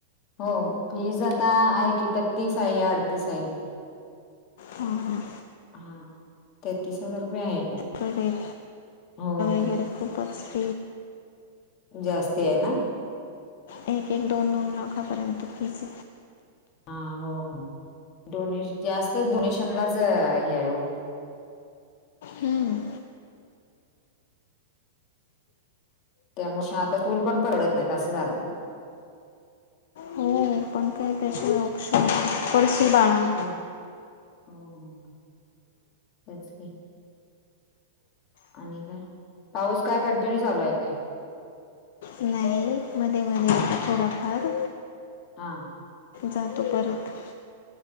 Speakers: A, on the left; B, on the left.
A: हो फीज आता आहे कि त्या तस आहे अडतीस आहे
B: हां हां
A: हा तेहतीस हजार रुपये आहेत
B: तरीर
A: हो हो
B: मागरी खपारसप
A: जास्ती आहे ना.
B: एक एक दोन दोन लाखापर्यंत फिस-
A: हा हो हो डोनेश जास्त डोनेशनलाच हे आहे हो.
B: हम्म
A: त्यामुळे आता स्कूल पण परवडत नाहीत असे झाले.
B: हम्म आमही त्या अस ऑप्शन पसू बाळा <inaudible>
A: हा ह तेच आणि का पाऊस काय कंटिन्यू चालू आहे का?
B: नाही मध्ये मध्ये- थोडाफार
A: हा
B: जातो परत